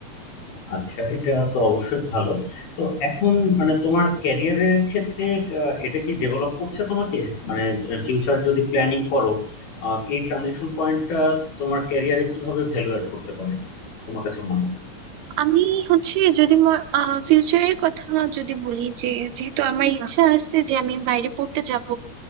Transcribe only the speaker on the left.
আচ্ছা এটা তো অবশ্যই ভালো তো এখন মানে তোমার ক্যারিয়ারের ক্ষেত্রে আহ, এটা কি ডেভেলপ করছে তোমাকে মানে ফিউচার যদি প্ল্যানিং করো আহ, এই ট্রানজেকশন পয়েন্টটা তোমার ক্যারিয়ারে কিভাবে ভ্যালু অ্যাড করতে পারে তোমার কাছে মনে হয়